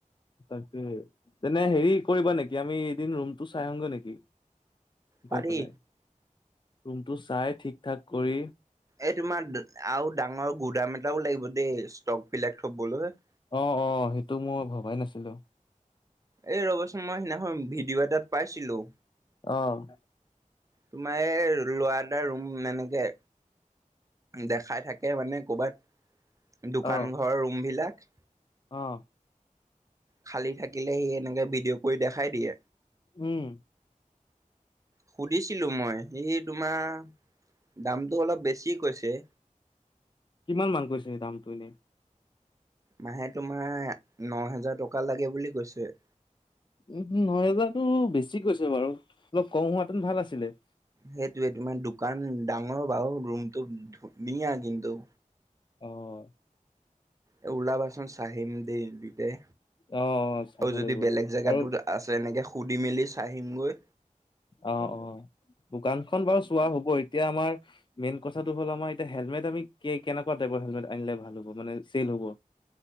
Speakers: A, on the left; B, on the right.
A: তাকে তেনে হেৰি কৰিবা নেকি, আমি এদিন ৰুমটো চাই আহোগে নেকি? গৈ
B: পাৰি
A: পেলাই, ৰুমটো চাই ঠিক ঠাক কৰি
B: এই তোমাৰ আও ডাঙৰ গুদাম এটাও লাগিব দেই, ষ্টক বিলাক থবলৈ।
A: অ', অ', সেইটো মই ভবাই নাছিলো।
B: এই ৰ'বচোন মই সিদিনাখন ভিডিঅ' এটাত পাইছিলো।
A: অ'।
B: তোমাৰ এই ল'ৰা এটা ৰুম এনেকে দেখাই থাকে মানে, কৰ'বাত দোকান
A: অ',
B: ঘৰৰ ৰুম বিলাক।
A: অ'।
B: খালী থাকিলে সি সেনেকে ভিডিঅ' কৰি দেখাই দিয়ে।
A: উম।
B: সুধিছিলোঁ মই, সি তোমাৰ দামটো অলপ বেছি কৈছে।
A: কিমান মান কৈছে, এই দামটো এনেই?
B: মাহে তোমাৰ ন' হেজাৰ টকা লাগে বুলি কৈছে!
A: উম, ন' হেজাৰতো বেছি কৈছে বাৰু। অলপ কম হোৱা হেতেন ভাল আছিলে?
B: সেইটোয়ে তোমাৰ দোকান ডাঙৰ বাৰু, ৰুমটো ধু-ধুনীয়া কিন্তু।
A: অ'।
B: এ ওলাবাচোন চাই আহিম দেই দুইটাই,
A: অ চাব
B: আও যদি
A: লাগিব
B: বেলেগ জেগাতো
A: আৰু
B: আছে এনেকে সুধি মেলি চাই আহিমগৈ।
A: অ', অ', দোকানখন বাৰু চোৱা হ'ব, এতিয়া আমাৰ মেইন কথাটো হ'ল আমাৰ, এতিয়া হেলমেট আমি কেনেকুৱা টাইপৰ হেলমেট আনিলে ভাল হব মানে চেল হ'ব? <inaudible>